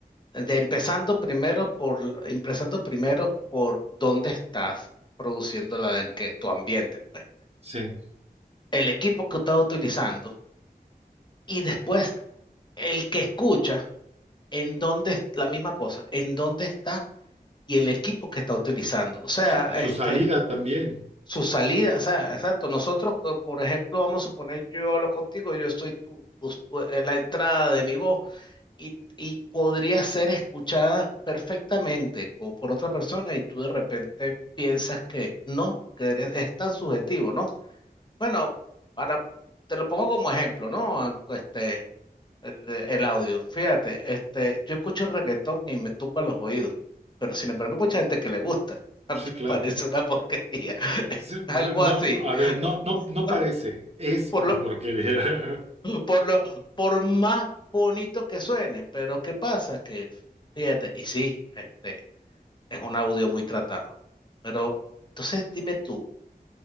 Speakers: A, on the left; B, on the right.
A: de empezando primero por, empezando primero por dónde estás produciendo la, en que, tu ambiente, pues,
B: Sí,
A: el equipo que estás utilizando y después el que escucha en dónde, es- la misma cosa, en dónde está y el equipo que está utilizando. O sea,
B: su, su
A: este,
B: salida también,
A: su salida, o sea, exacto. Nosotros, co- por ejemplo, vamos a suponer, yo hablo contigo, yo estoy tu, tu- tu- en la entrada de mi voz y, y podría ser escuchada perfectamente co- por otra persona y tú de repente piensas que no, que debería- es tan subjetivo, ¿no? Bueno, para, te lo pongo como ejemplo, ¿no? An- Este, el, de- el audio. Fíjate, este, yo escucho reggaetón y me tumba los oídos, pero sin embargo hay mucha gente que le gusta. <laughs>
B: sí, claro.
A: Parece una porquería, <laughs>
B: Sí, bueno,
A: algo así.
B: no, a ver, no, no, no
A: Por,
B: parece, es
A: por
B: una
A: lo,
B: porquería. <laughs>
A: por lo, por más bonito que suene, pero ¿qué pasa? Que, fíjate, y sí, este, es un audio muy tratado. Pero, entonces dime tú,